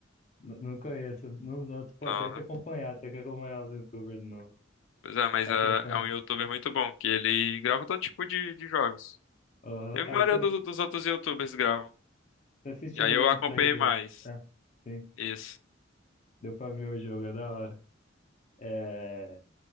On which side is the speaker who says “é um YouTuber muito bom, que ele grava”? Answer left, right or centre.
Left